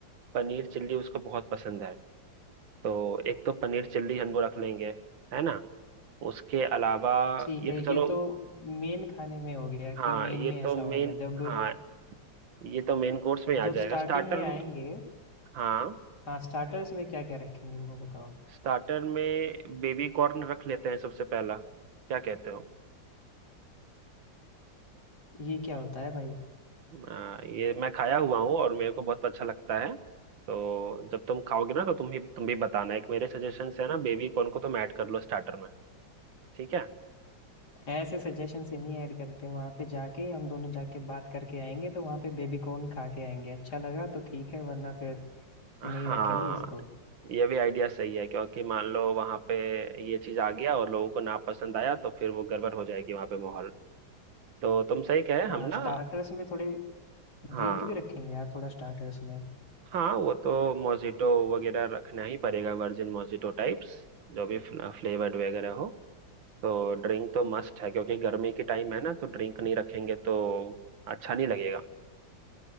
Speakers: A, on the right; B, on the left.
A: पनीर चिल्ली उसको बहुत पसंद है तो एक तो पनीर चिल्ली हम लोग रख लेंगे है ना उसके अलावा
B: ठीक
A: ये
B: है
A: तो चलो
B: ये तो मेन खाने में हो गया कि
A: हाँ
B: मेन
A: ये
B: में ऐसा
A: तो मेन
B: हो गया जब
A: हाँ ये तो मेन कोर्स में
B: जब
A: आ जाएगा
B: स्टार्टिंग
A: स्टार्टर
B: में आएंगे
A: हाँ
B: हाँ स्टार्टर्स में क्या क्या रखेंगे वो बताओ
A: स्टार्टर में बेबी कॉर्न रख लेते हैं सबसे पहला क्या कहते हो
B: ये क्या होता है भाई
A: आ, ये मैं खाया हुआ हूँ और मेरे को बहुत अच्छा लगता है तो जब तुम खाओगे ना तो तुम भी तुम भी बताना एक मेरे सजेशन है ना बेबी कॉर्न को तुम ऐड कर लो स्टार्टर में ठीक है
B: ऐसे सजेशन से नहीं ऐड करते वहां पे जाके हम दोनों जाके बात करके आएंगे तो वहां पे बेबी कॉर्न खा के आएंगे अच्छा लगा तो ठीक है वरना फिर
A: हाँ
B: नहीं रखेंगे इसको
A: ये भी आइडिया सही है क्योंकि मान लो वहां पे ये चीज आ गया और लोगों को ना पसंद आया तो फिर वो गड़बड़ हो जाएगी वहां पे माहौल तो तुम सही कहे
B: हाँ
A: हम
B: स्टार्टर्स
A: ना
B: में थोड़े
A: हाँ
B: ड्रिंक भी रखेंगे यार थोड़ा स्टार्टर्स में
A: हाँ वो तो मोजिटो वगैरह रखना ही पड़ेगा वर्जिन मोजिटो टाइप्स जो भी फ्लेवर्ड वगैरह हो तो ड्रिंक तो मस्ट है क्योंकि गर्मी के टाइम है ना तो ड्रिंक नहीं रखेंगे तो अच्छा नहीं लगेगा